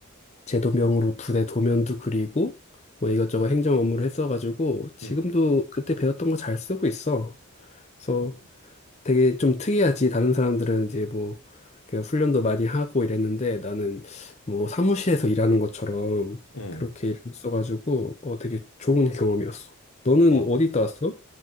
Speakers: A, on the left (about 30°); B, on the left (about 80°).
A: 제도병으로 부대 도면도 그리고, 뭐 이것저것 행정 업무를 했어가지고, 지금도
B: 응,
A: 그때 배웠던 거 잘 쓰고 있어. 그래서
B: 어,
A: 되게 좀 특이하지. 다른 사람들은 이제 뭐, 그 훈련도 많이 하고 이랬는데 나는 뭐 사무실에서 일하는 것처럼
B: 응.
A: 그렇게 일어가지고 어, 되게 좋은 경험이었어. 너는
B: 와,
A: 어디 있다 왔어?